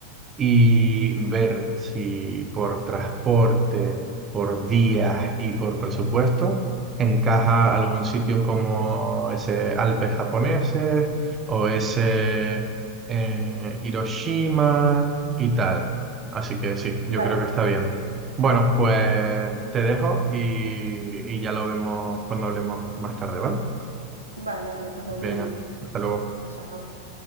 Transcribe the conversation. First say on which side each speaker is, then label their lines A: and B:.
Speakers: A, on the right (about 25°); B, on the right (about 85°).
A: y ver si por transporte, por días y por presupuesto encaja algún sitio como ese Alpes japoneses o ese eh, Hiroshima y tal. Así que sí, yo
B: Vale,
A: creo que está bien. Bueno, pues te dejo y, y ya lo vemos cuando hablemos más tarde, ¿vale?
B: vale, vale, pues lo
A: Venga,
B: miramos.
A: hasta luego.
B: Chao.